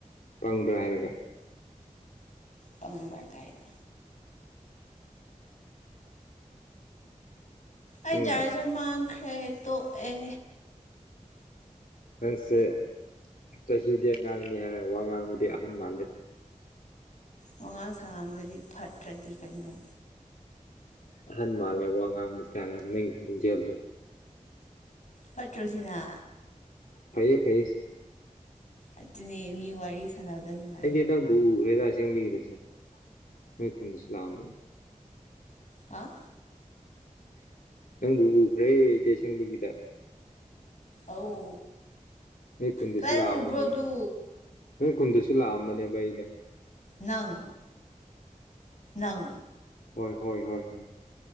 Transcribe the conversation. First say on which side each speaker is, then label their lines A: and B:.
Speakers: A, on the left; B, on the left.
A: ꯄꯪꯗ꯭ꯔꯥ ꯍꯥꯏꯔꯒ
B: ꯄꯪꯕ꯭ꯔꯔ ꯀꯥꯏꯗꯅ ꯑꯩ
A: ꯅꯪ
B: ꯖꯥꯔꯖꯔ ꯃꯥꯡꯈ꯭ꯔꯦ ꯇꯣ ꯑꯦ
A: ꯑꯩꯁ ꯆꯍꯤꯗꯤ ꯑꯉꯥꯡꯅꯤ ꯍꯥꯏꯔꯒ ꯋꯥ ꯉꯥꯡꯕꯗꯤ ꯑꯍꯟ ꯃꯥꯜꯂꯦꯗ
B: ꯃꯉꯥꯡ ꯁꯉꯥꯡꯗꯗꯤ ꯐꯠꯇ꯭ꯔꯗꯤ ꯀꯩꯅꯣ
A: ꯑꯍꯟ ꯃꯥꯜꯂꯦ ꯋꯥ ꯉꯥꯡꯕꯁꯤꯁꯨ ꯇꯥꯜꯂꯦ ꯅꯪꯒꯤ ꯈꯣꯟꯖꯦꯜꯁꯨ
B: ꯐꯠꯇ꯭ꯔꯣꯁꯤꯅ
A: ꯐꯌꯦ ꯐꯥꯏ
B: ꯑꯗꯨꯅꯦ ꯃꯤ ꯋꯥꯔꯤꯁ <unintelligible>
A: ꯑꯩꯗꯤ ꯅꯪꯕꯨ ꯎꯈ꯭ꯔꯦꯗ ꯑꯁꯦꯡꯕꯤꯔꯁꯦ ꯅꯣꯏ ꯈꯨꯟꯗꯁꯨ ꯂꯥꯛꯑꯝꯕꯅꯦ꯫
B: ꯍꯥ
A: ꯅꯪꯕꯨ ꯎꯈ꯭ꯔꯦꯗꯤ ꯁꯦꯡꯕꯒꯤꯗ꯫
B: ꯑꯣ
A: ꯅꯣꯏ ꯈꯨꯟꯗꯁꯨ
B: ꯀꯥꯏ
A: ꯂꯥꯛꯑꯝꯕꯅꯦ
B: ꯎꯕ꯭ꯔꯣ ꯑꯗꯨ
A: ꯅꯣꯏ ꯈꯨꯨꯟꯗꯨꯁꯨ ꯂꯥꯛꯑꯝꯕꯅꯦꯕ ꯑꯩꯗ
B: ꯅꯪ ꯅꯪ
A: ꯍꯣꯏ ꯍꯣꯏ ꯍꯣꯏ ꯍꯣꯏ